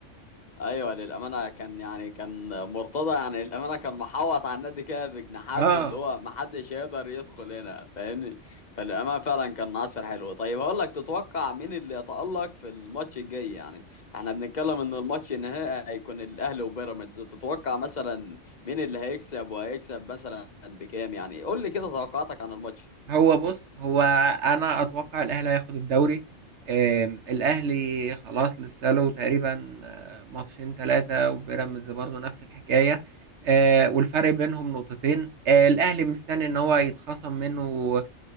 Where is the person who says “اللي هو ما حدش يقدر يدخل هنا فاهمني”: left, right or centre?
Left